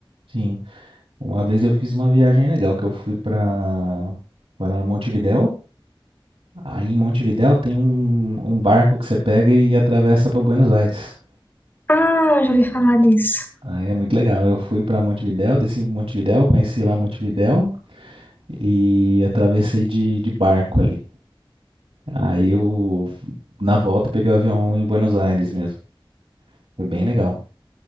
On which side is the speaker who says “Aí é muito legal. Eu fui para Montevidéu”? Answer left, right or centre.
Right